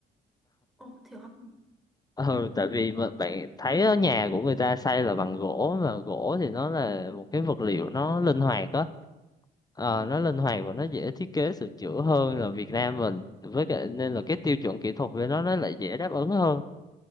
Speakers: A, in the centre; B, on the left (about 20°).
A: Ồ thiệt hả?
B: ừ tại vì mà bạn thấy ở nhà của người ta xây là bằng gỗ mà gỗ thì nó là một cái vật liệu nó linh hoạt á Ờ,
A: Ừ.
B: nó linh hoạt và nó dễ thiết kế sửa chữa hơn là Việt Nam mình với cả nên là cái tiêu chuẩn kỹ thuật của nó nó lại dễ đáp ứng hơn